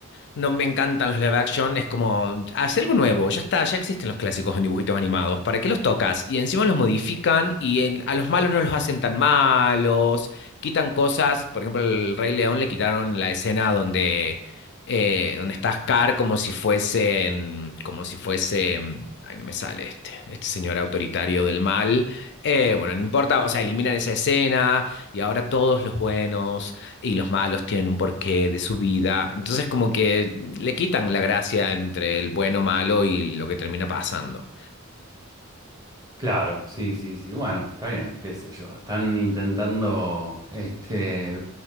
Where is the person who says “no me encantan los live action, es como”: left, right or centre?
Left